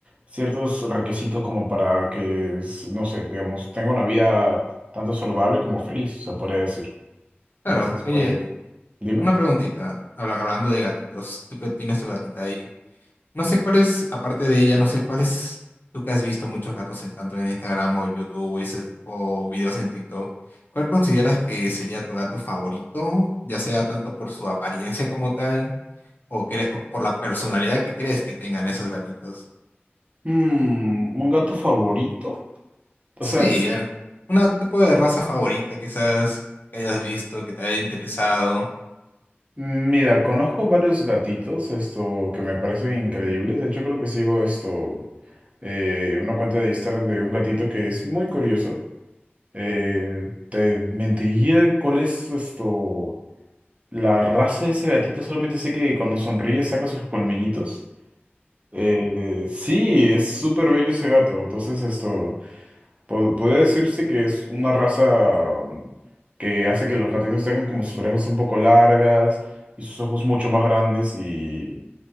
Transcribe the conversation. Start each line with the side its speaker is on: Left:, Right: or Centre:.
Right: ciertos requisitos como para que, s- no sé, digamos, tenga una vida tanto saludable como feliz, se podría decir.
Left: Claro,
Right: Entonces, pues,
Left: oye,
Right: dime.
Left: una preguntita, habla- hablando de gatitos, tú que tienes tu gatita ahí, No sé cuál es, aparte de ella, no sé cuál es, tú que has visto muchos gatos en tanto en Instagram o YouTube o, ese- o videos en TikTok, ¿cuál consideras que sería tu gato favorito, ya sea tanto por su apariencia como tal o, cre- o por la personalidad que crees que tengan esos gatitos?
Right: Mm, ¿un gato favorito? O
Left: Sí,
Right: sea, es-
Left: al- una tipo de raza favorita quizás que hayas visto, que te haya interesado.
Right: mira, conozco varios gatitos, esto, que me parecen increíbles. De hecho, creo que sigo esto, eh, una cuenta de Instagram de un gatito que es muy curioso. Eh, te mentiría cuál es esto, la raza de ese gatito. Solamente sé que cuando sonríe saca sus colmillitos. Eh, sí, es súper bello ese gato. Entonces, esto. Pod- podría decirse que es una raza mm, que hace que los gatitos tengan como sus orejas un poco largas y sus ojos mucho más grandes y...